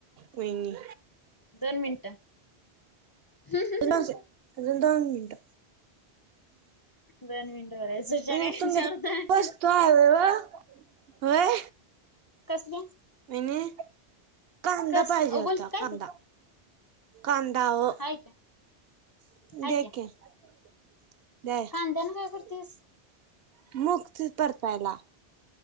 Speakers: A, on the right; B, on the left.
A: वहिनी
B: दोन मिनिटं हुं हुं
A: दोन
B: हुं.......
A: से अजून दोन मिनट
B: दोन मिनिट बर सुश्या
A: वहिनी
B: काय
A: तुमच्यात
B: विचारतोय.
A: वस्तू आहे व्हय होय
B: कसल्या
A: वाहिनी कांदा
B: कस
A: पाहिजे
B: अ
A: होता
B: बोल काय
A: कांदा
B: ते
A: कांंदा वो
B: हाय क्या
A: <unintelligible>
B: हाय क्या कांद्यान काय करतेस
A: पहिला